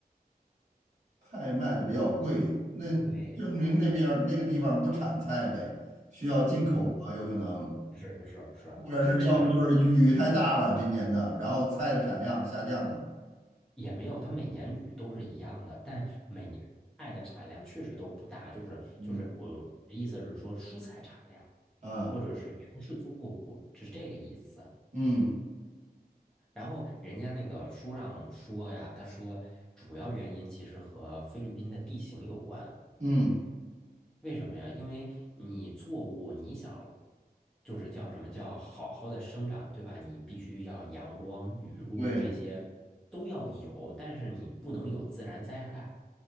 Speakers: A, on the right; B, in the centre.
A: 菜卖的比较贵，
B: 我
A: 那证明那边儿那个地方不产菜呗，
B: 对对对，
A: 需要进口吧？
B: 不，
A: 有可能，
B: 不是不是不是，
A: 或者是要不就是雨太大了，
B: 是产
A: 今年的，然后菜的产量下降了，
B: 也没有，它每年雨都是一样的，但每年菜的产量确实都不大。就是就是我的意思是说，
A: 嗯
B: 蔬菜产量或者是粮食作物是这个意思。
A: 啊。嗯
B: 然后人家那个书上说呀，他说主要原因其实和菲律宾的地形有关。
A: 嗯，
B: 为什么呀？因为你作物你想就是叫什么叫好好的生长，对吧？你必须要阳光、雨露这些都要有，
A: 对，
B: 但是你不能有自然灾害。